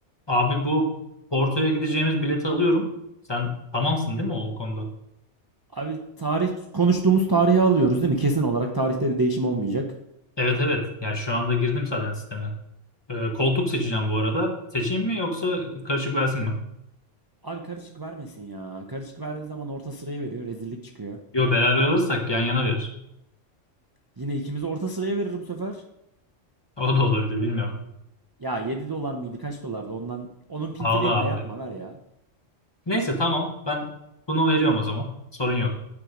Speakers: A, on the left; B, on the right.
A: Abi bu Porto'ya gideceğimiz bileti alıyorum. Sen tamamsın değil mi o konuda?
B: Abi tarih konuştuğumuz tarihi alıyoruz değil mi? Kesin olarak tarihte bir değişim olmayacak.
A: Evet evet. Yani şu anda girdim zaten sisteme. Ee, koltuk seçeceğim bu arada. Seçeyim mi yoksa karışık versin mi?
B: Abi karışık vermesin ya. Karışık verdiği zaman orta sıraya veriyor. Rezillik çıkıyor.
A: Yo beraber alırsak yan yana verir.
B: Yine ikimizi orta sıraya verir bu sefer.
A: O da olabilir bilmiyorum.
B: Ya 7 dolar mıydı? Kaç dolardı? Ondan onun pintiliğini
A: Ağlı abi.
B: de yapma ver ya.
A: Neyse tamam. Ben bunu veriyorum o zaman. Sorun yok.